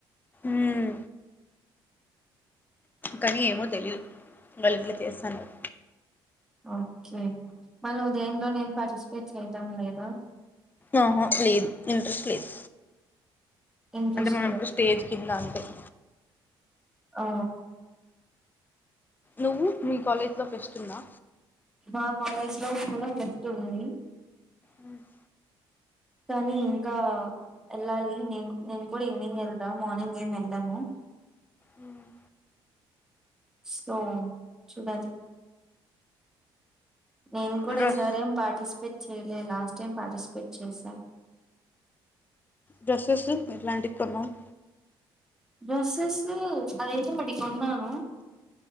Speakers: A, on the left (about 20°); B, in the centre.
A: మ్మ్ కానీ ఏమో తెలీయదు వాళ్ళు ఇంట్లో చేస్తాన్నరు
B: ఓకే మళ్ళా నువ్వు దేనిలోన ఏం పార్టిసిపేట్ చేయటం లేదా
A: ఆహ లేదు ఇంట్రెస్ట్ లేదు
B: ఇంట్రెస్ట్
A: అంటే మీము
B: లేదు
A: ఎప్పుడు స్టేజ్ కింద ఉంటాం
B: ఆ
A: నువ్వు మీ కాలేజ్ లో ఫెస్ట్ ఉందా
B: మా కాలేజ్ లో కూడా చే తొమ్మి
A: మ్మ్
B: కానీ ఇంకా వెళ్ళాలి నేను నేను కూడా ఈవినింగ్ వెళ్తా మార్నింగ్ ఏమి వెళ్ళాను
A: మ్మ్
B: స్పొ చూడాలి నేను కూడా
A: డ్రెస్
B: ఈసారి ఏం పార్టిసిపేట్ చేయ నినా లాస్ట్ టైం పార్టిసిపేట్ చేసాన్
A: డ్రెస్సెస్ ఎట్లాంటివి కొన్నావ్
B: డ్రెస్సస్ అది ఎదొ ఒకటి కొన్నాను